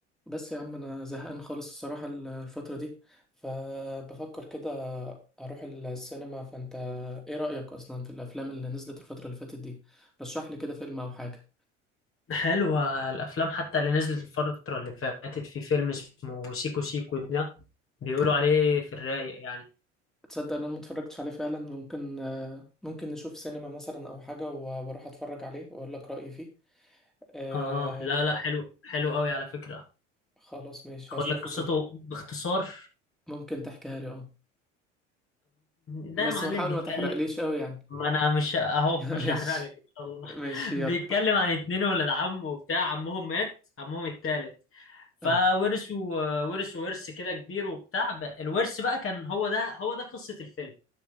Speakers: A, in the centre; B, on the left.
A: بس يا عم انا زهقان خالص الصراحة الفترة دي فبفكر كده اروح السينما فانت ايه رأيك اصلا في الافلام اللي نزلت الفترة اللي فاتت دي رشح لي كده فيلم او حاجة
B: حلوة الأفلام حتى اللي نزلت الفترة اللي فاتت في فيلم اسمه سيكو سيكو ده بيقولوا عليه في الرايق يعني
A: تصدق ان انا متفرجتش عليه فعلا ممكن آه، ممكن نشوف سينما مثلا او حاجة و- واروح اتفرج عليه واقول لك رأيي فيه آه
B: آه لا لا حلو حلو قوي على فكرة
A: خلاص ماشي
B: أقول
A: هشوفه
B: لك قصته
A: كده
B: باختصار
A: ممكن تحكيها لي اه
B: ده
A: بس
B: يا معلم
A: ما حاول
B: بيتكلم
A: ما تحرقليش قوي يعني
B: ما أنا مش أهو
A: <laughs>
B: مش
A: ماشي
B: هحرق لك إن شاء الله
A: ماشي
B: <laughs>
A: يلا
B: بيتكلم عن اتنين ولاد عم وبتاع عمهم مات عمهم التالت فورثوا
A: اه
B: ورثوا ورث كده كبير وبتاع الورث بقى كان هو ده هو ده قصة الفيلم